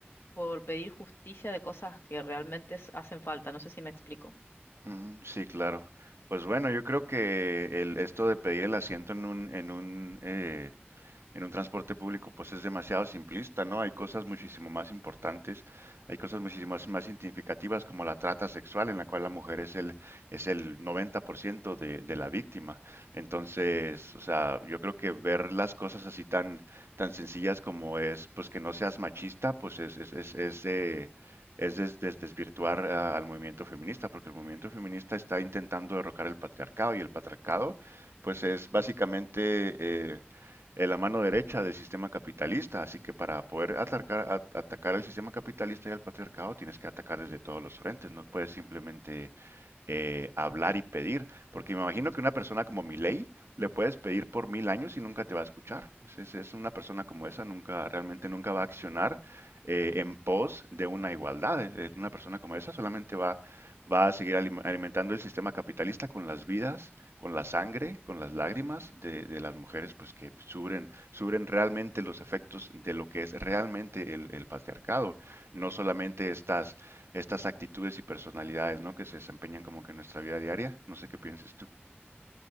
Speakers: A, on the left; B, on the right.
A: por pedir justicia de cosas que realmente s- hacen falta. No sé si me explico.
B: Ujú, Sí, claro. Pues bueno, yo creo que el, esto de pedir el asiento en un, en un, eh, en un transporte público, pues es demasiado simplista, ¿no? Hay cosas muchísimo más importantes, hay cosas muchísimo más, más significativas como la trata sexual, en la cual la mujer es el, es el 90% de, de la víctima. Entonces, o sea, yo creo que ver las cosas así tan, tan sencillas como es, pues que no seas machista, pues es, es, es, es, eh, es des- des- desvirtuar ah, al movimiento feminista, porque el movimiento feminista está intentando derrocar el patriarcado y el patriarcado, pues es básicamente eh, en la mano derecha del sistema capitalista. Así que para poder atacar, a- atacar el sistema capitalista y el patriarcado tienes que atacar desde todos los frentes. No puedes simplemente eh, hablar y pedir, porque me imagino que una persona como Milei le puedes pedir por mil años y nunca te va a escuchar. Es, es- es una persona como esa, nunca, realmente nunca va a accionar eh, en pos de una igualdad. Eh, Una persona como esa solamente va, va a seguir alimentando el sistema capitalista con las vidas con la sangre, con las lágrimas de, de las mujeres, pues que sufren, sufren realmente los efectos de lo que es realmente el, el patriarcado, no solamente estas, estas actitudes y personalidades, ¿no? que se desempeñan como que en nuestra vida diaria. No sé qué pienses tú.